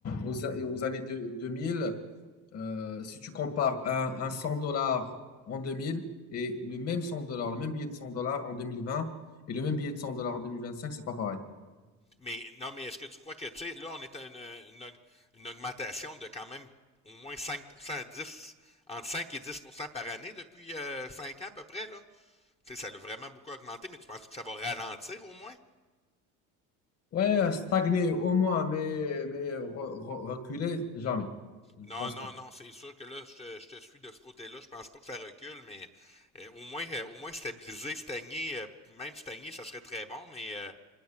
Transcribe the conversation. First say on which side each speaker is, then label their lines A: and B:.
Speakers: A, on the left; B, on the left.
A: aux, a- aux années de- 2000, Euh, si tu compares un, un 100 dollars en 2000 et le même 100 dollars, le même billet de 100 dollars en 2020 et le même billet de 100 dollars en deux mille vingt cinq, c'est pas pareil.
B: Mais non, mais est-ce que tu crois que, tu sais, là, on est à une, une, une augmentation de quand même au moins cinq pour cent à 10 entre 5 et dix pour cent par année depuis euh, 5 ans à peu près, là? Tu sais, ça l'a vraiment beaucoup augmenté, mais tu penses que ça va ralentir au moins?
A: Ouais, stagner au moins, mais, mais re- re- reculer, jamais. Je
B: Non,
A: pense
B: non,
A: pas.
B: non, c'est sûr que là, je te, je te suis de ce côté-là. Je pense pas que ça recule, mais euh, au moins, euh, au moins stabiliser, stagner, euh, même stagner, ça serait très bon, mais euh,